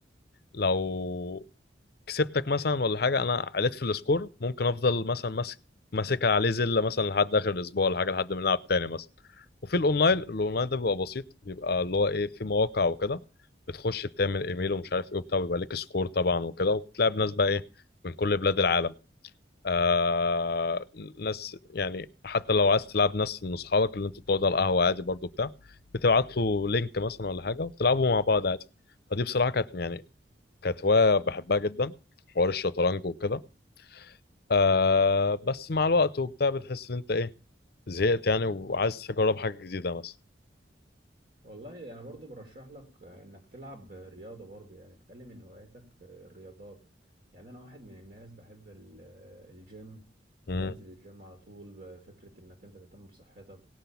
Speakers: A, on the left; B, on the right.
A: لو كسبتك مثلا ولا حاجه انا عليت في السكور ممكن افضل مثلا ماسك ماسكها عليه زله مثلا لحد اخر الاسبوع ولا حاجه لحد ما نلعب تاني مثلا وفي الاونلاين الاونلاين ده بيبقى بسيط بيبقى اللي هو ايه في مواقع وكده بتخش بتعمل ايميل ومش عارف ايه وبتاع بيبقى ليك سكور طبعا وكده وبتلعب ناس بقى ايه من كل بلاد العالم آه ناس يعني حتى لو عايز تلعب ناس من اصحابك اللي انتوا بتقعدوا على القهوه عادي برضو بتاع بتبعت له لينك مثلا ولا حاجه وتلعبوا مع بعض عادي فدي بصراحه كانت يعني كانت هواية بحبها جدا حوار الشطرنج وكده آه بس مع الوقت وبتاع بتحس ان انت ايه زهقت يعني وعايز تجرب حاجة جديدة مثلا
B: والله انا برضو برشح لك انك تلعب رياضه برضو يعني تخلي من هواياتك الرياضات يعني انا واحد من الناس بحب ال- الجيم
A: مم،
B: بنزل الجيم على طول فكره انك انت تهتم بصحتك